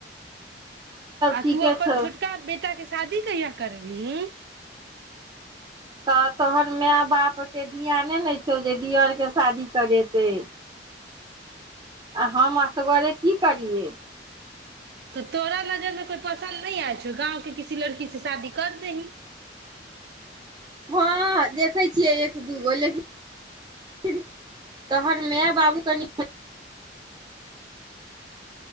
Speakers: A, on the right; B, on the right.
A: आ
B: ठीके
A: तू अपन
B: छौ
A: छोटका बेटा के शादी कहिया करबीही
B: तऽ तोहन माय बाप के ध्यान ने छै जे दियर के शादी करे तँ हम असगरे की करियै
A: तऽ तोरा नजर में कोइ पसन्द नहि आय छौ गाँव के किसी लड़की से शादी कर दही
B: हँ देखै छियै दगो लेकिन तोहन माय बाबू कनि